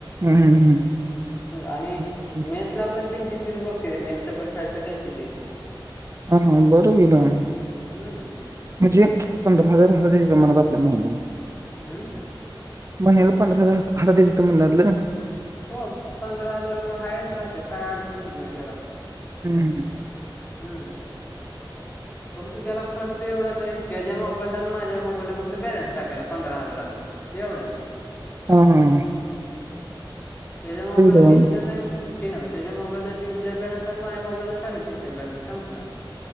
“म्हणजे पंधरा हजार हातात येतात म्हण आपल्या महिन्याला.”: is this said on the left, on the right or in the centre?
Right